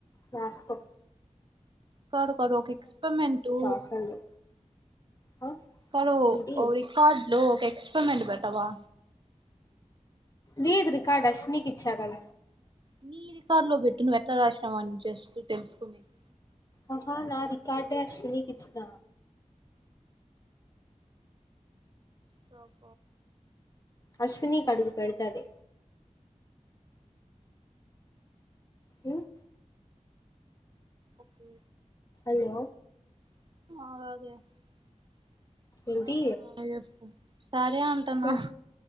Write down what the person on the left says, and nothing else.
రాస్కో
అసలు ఆ
ఏంటి
లేదు రికార్డ్ అశ్వినీ కి ఇచ్చగద
అహా నా రికార్టే అశ్వినికి ఇచ్చిన
అశ్వినికి అడుగు పెడతదీ ఉమ్
హలో
ఏంటి
కట్